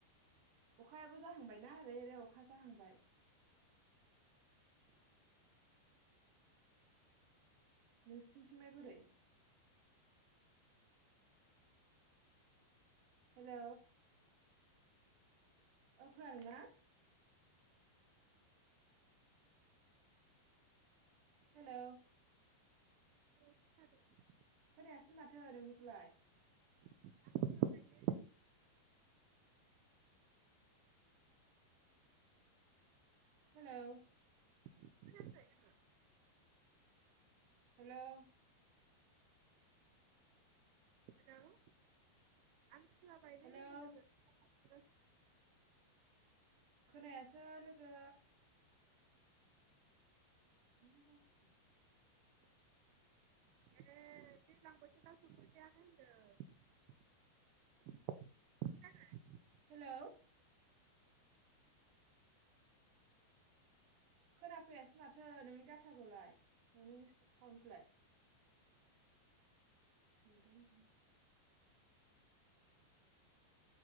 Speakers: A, on the right; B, on the right.
A: अखायाबो जाहांबायना ओरै ओरै अखा जाहांबाय नोंसिनिथिंलाय बोरै? हेलौ ओ खोनादोंना? हेलौ।
B: <inaudible>
A: खोनायासै माथो नोंनिखौलाय
B: <unintelligible>
A: हेलौ।
B: <inaudible>
A: हेलौ।
B: हेलौ आं सिला गायनाय
A: हेलौ
B: लोगो लोगो।
A: खोनायासो लोगो। मा जाखो
B: <unintelligible> दैलां बोथोराव सफैबायानो होनदों <unintelligible>
A: हेलौ खोनाफैयासै माथो नोंनि डाटाखौलाय नोंनि साउन्डखौलाय नेदानो गैया